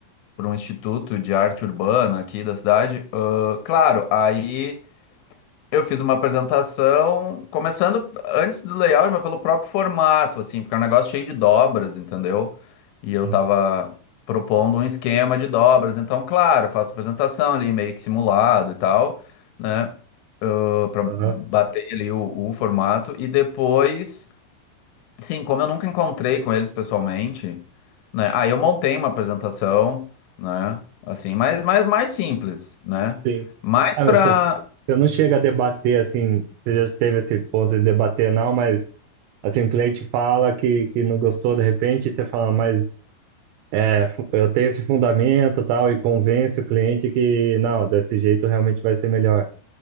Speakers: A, on the left (about 80°); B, on the right (about 85°).
A: para um instituto de arte urbana aqui da cidade. Ah, claro, aí eu fiz uma apresentação, começando antes do layout, mas pelo próprio formato, assim, porque é um negócio cheio de dobras, entendeu? E eu
B: sim.
A: tava propondo um esquema de dobras, então, claro, eu faço apresentação ali, meio que simulado e tal, né? Para
B: Aham,
A: bater ali o, o formato, e depois. Sim, como eu nunca encontrei com eles pessoalmente, né? Aí eu montei uma apresentação, né? Assim, mas mais, mais simples, né?
B: sim.
A: Mais
B: É,
A: pra.
B: mas você, você não chega a debater, assim, você já teve esse ponto de debater, não, mas assim, o cliente fala que, que não gostou de repente, e você fala, mas É, fu- eu tenho esse fundamento e tal, e convence o cliente que, não, desse jeito realmente vai ser melhor.